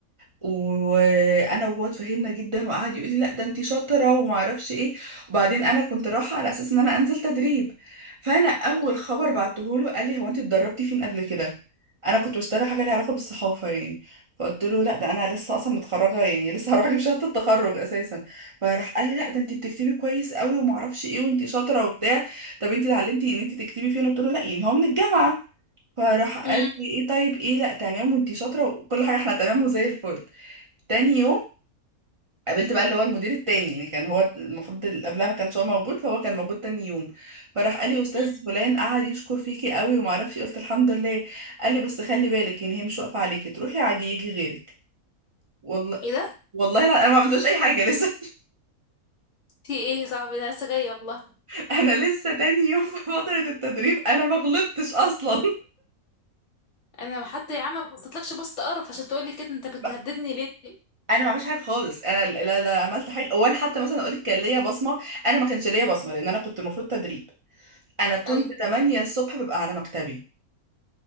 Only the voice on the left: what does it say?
مم.
مم.
مم.
ايه ده؟
في ايه يا صاحبي ده أنا لسه جاية والله
أنا حتى يا عم ما بصيتلكش بصة قرف عشان تقولي كده أنت بتهددني
ليه طيب؟
أيوه